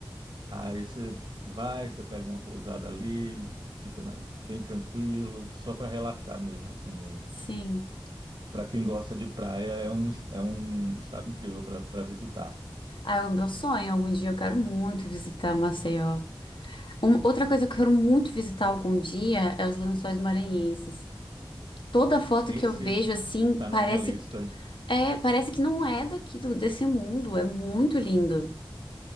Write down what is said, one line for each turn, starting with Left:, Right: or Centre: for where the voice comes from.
Right: Aí você vai, você pega uma pousada ali, fica na- bem tranquilo, só para relaxar mesmo, assim.
Left: Sim.
Right: Para quem gosta de praia, é um, é um estado incrível para visitar.
Left: Ah, é o meu sonho. Algum dia eu quero muito visitar Maceió. Um- outra coisa que eu quero muito visitar algum dia é os Lençóis Maranhenses. Toda foto
Right: Esse
Left: que eu vejo assim
Right: tá
Left: parece
Right: na minha lista.
Left: é, parece que não é daqui do, desse mundo. É muito lindo.